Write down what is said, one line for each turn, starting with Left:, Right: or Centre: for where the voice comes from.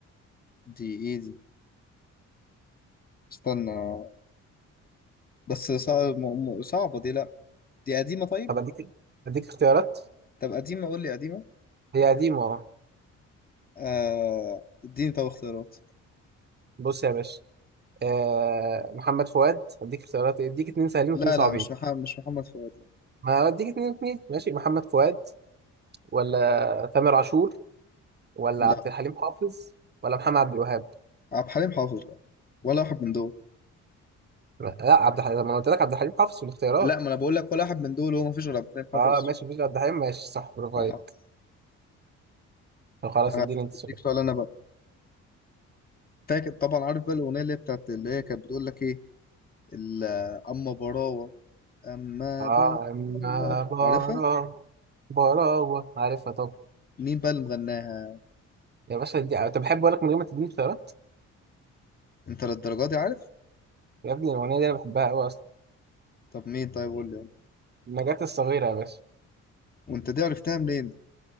Left: دي إيه دي؟ استنى بس صعب م- م- صعبة دي لأ دي قديمة طيب؟
Right: طب اديك اديك اختيارات
Left: طب قديمة قول لي قديمة
Right: هي قديمه اه
Left: آه اديني طب اختيارات
Right: بص يا باشا آه محمد فؤاد اديك اختيارات إيه؟ اديك اتنين سهلين واتنين
Left: لا
Right: صعبين
Left: لا مش محمد مش محمد فؤاد لا
Right: ما اديك اتنين اتنين ماشي محمد فؤاد ولا تامر عاشور ولا
Left: لا
Right: عبد الحليم حافظ ولا محمد عبد الوهاب
Left: عبد الحليم حافظ لا ولا واحد من دول
Right: لا عبد الحليم ما انا قلت لك عبد الحليم حافظ في الاختيارات
Left: لا ما أنا بقول لك ولا واحد من دول هو مفيش غير عبد الحليم حافظ
Right: اه ماشي مفيش عبد الحليم ماشي صح برافو
Left: اه
Right: عليك طب خلاص
Left: آه،
Right: اديني انت السؤال
Left: اديك سؤال انا بقى فاكر طبعا عارف بقى الاغنيه اللي هي بتاعت اللي هي كانت بتقول لك ايه ال- اما براوه اما
Right: اه
Left: براوه
Right: اما براوة
Left: عارفها
Right: براوة عارفها طب
Left: مين بقى اللي مغناها
Right: يا باشا دي طب بحب اقول لك من غير ما تديني اختيارات
Left: انت للدرجه دي عارف
Right: يا ابني الاغنيه دي انا بحبها قوي اصلا
Left: طب مين طيب قول لي
Right: النجاة الصغيره يا باشا
Left: وانت دي عرفتها منين دي